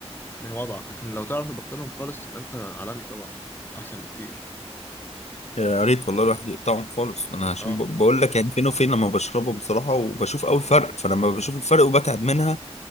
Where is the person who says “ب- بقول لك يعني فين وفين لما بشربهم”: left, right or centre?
Left